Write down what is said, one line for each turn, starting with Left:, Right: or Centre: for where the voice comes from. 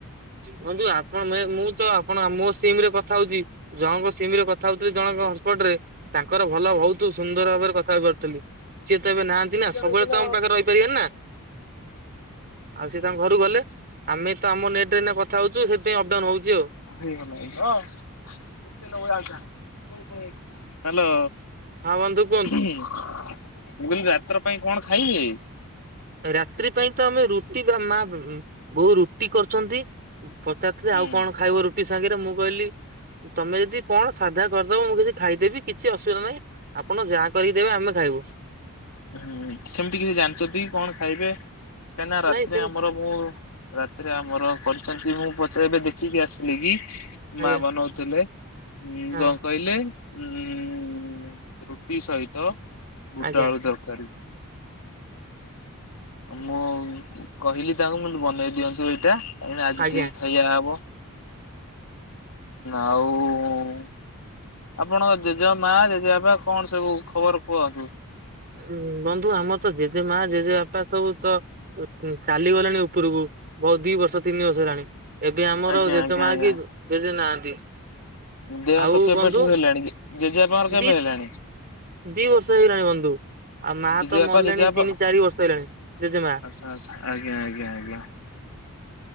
Right: ବନ୍ଧୁ ଆପଣ ମେ ମୁଁ ତ ଆପଣ ମୋ ସିମ ରେ କଥା ହଉଚି। ଜଣଙ୍କ ସିମି ରେ କଥା ହଉଥିଲି ଜଣଙ୍କ ହଟସ୍ପଟରେ ତାଙ୍କର ଭଲ ବହୁ- - ତୁ ସୁନ୍ଦର ଭାବରେ କଥା ହେଇ ପାରୁଥିଲୁ ସିଏ ତ ଏବେ ନାହାନ୍ତି।
Left: ହ୍ୟାଲୋ
Right: ନା ସବୁବେଳେ ତ ଆମ ପାଖରେ ରହିପାରିବ ନା? ଆଉ ସେ ତାଙ୍କ ଘରୁ ଗଲେ। ଆମେ ତ ଆମ ନେଟ ରେ ଏଇନା କଥା ହଉଚୁ ସେଥିପାଇଁ ଅପଡାଉନ ହଉଚି ଆଉ।
Left: <unintelligible> ହ୍ୟାଲୋ।
Right: ହଁ ବନ୍ଧୁ- -
Left: ମୁଁ କହିଲି ରାତ୍ର ପାଇଁ କଣ ଖାଇବେ?
Right: ରାତ୍ରି ପାଇଁ ତ ଆମେ ରୁଟି ଭା ବା ମା ବୋଉ ରୁଟି କରିଚନ୍ତି। ପଚାରୁିଥିଲି
Left: ହୁଁ
Right: ଆଉ କଣ ଖାଇବ ରୁଟି ସାଙ୍ଗରେ ମୁଁ କହିଲି -- ତମେ ଯଦି କଣ ସାଧା କରିଦବ ମୁଁ କିଛି ଖାଇଦେବି କିଛି ଅସୁବିଧା ନାହିଁ। ଆପଣ ଯାହା କରିକି ଦେବେ ଆମେ ଖାଇବୁ।
Left: ହୁଁ ସେମିତି କିଛି ଜାଣିଚନ୍ତି କଣ ଖାଇବେ? କାହିଁ ନା
Right: ନାଇଁ
Left: ରାତିରେ
Right: ସେମିତି
Left: ଆମର ମୁଁ। ରାତିରେ ଆମର କରିଛନ୍ତି ମୁଁ ପଚାର ଏବେ ଦେଖିକି ଆସିଲି କି
Right: ଆଜ୍ଞା
Left: ମା ବନଉଥିଲେ
Right: ହଁ।
Left: କଣ କହିଲେ? ଉଁ ରୁଟି ସହିତ ବୁଟ
Right: ଆଜ୍ଞା
Left: ଆଳୁ ତର <unintelligible> ମୁଁ କହିଲି ତାଙ୍କୁ ମତେ ବନେଇ ଦିଅନ୍ତୁ ଏଇଟା। କାଇଁ ଆଜି
Right: ଆଜ୍ଞା
Left: ଟିକେ ଖାଇବା ହବ ଆଉ ଆପଣଙ୍କ ଜେଜ ମା ଜେଜେବାପା କଣ ସବୁ ଖବର କୁହ।
Right: ହୁଁ ବନ୍ଧୁ ଆମର ତ ଜେଜେ ମା ଜେଜେ ବାପ ସବୁ ତ ଚାଲିଗଲାଣି ଉପରକୁ ବହୁତ ଦି ବର୍ଷ ତିନି ବର୍ଷ ହେଲାଣି। ଏବେ ଆମର
Left: ଆଜ୍ଞା
Right: ଜେଜେମା
Left: ଆଜ୍ଞା ଆଜ୍ଞା
Right: କି ଜେଜେ ନାହାନ୍ତି।
Left: ଦେହାନ୍ତ
Right: ଆଉ
Left: କେବେଠାରୁ
Right: ବନ୍ଧୁ
Left: ହେଲାଣି ଜେଜେବାପାଙ୍କର କେବେ
Right: ଦି
Left: ହେଲାଣି?
Right: ଦି ବର୍ଷ ହେଇଗଲାଣି ବନ୍ଧୁ। ଆଉ ମା
Left: ଜେଜେବାପା
Right: ତ ମଲେଣି
Left: ଜେଜେବାପା
Right: ତିନି ଚାରି ବର୍ଷ ହେଇଲାଣି ଜେଜେମା।
Left: ଆଚ୍ଛା ଆଜ୍ଞା ଆଜ୍ଞା ଆଜ୍ଞା।